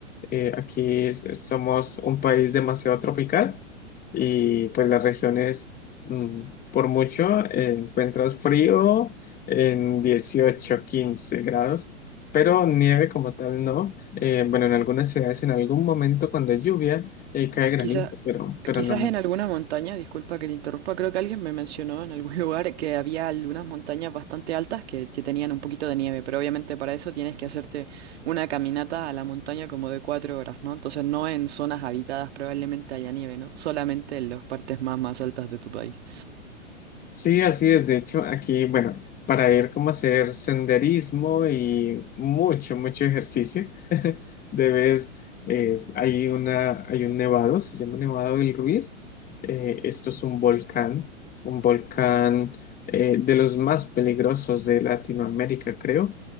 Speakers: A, on the left; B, on the right.
A: Eh, aquí es- es- somos un país demasiado tropical y pues las regiones, mm, por mucho, eh, encuentras frío en 18 15 grados, pero nieve como tal no. Eh, bueno, en algunas ciudades en algún momento cuando hay lluvia eh, cae granizo,
B: Quizá,
A: pero, pero
B: quizás
A: no
B: en algunas montañas, disculpa que te interrumpa, creo que alguien me mencionó en algún <laughs> lugar que había algunas montañas bastante altas que, que tenían un poquito de nieve, pero obviamente para eso tienes que hacerte una caminata a la montaña como de cuatro horas, ¿no? Entonces no en zonas habitadas probablemente haya nieve, ¿no? Solamente en las partes más, más altas de tu país.
A: Sí, así es. De hecho, aquí, bueno, para ir como a hacer senderismo y mucho, mucho ejercicio, <laughs> debes, es- hay una, hay un nevado, se llama Nevado del Ruiz. Eh, esto es un volcán, un volcán eh, de los más peligrosos de Latinoamérica, creo.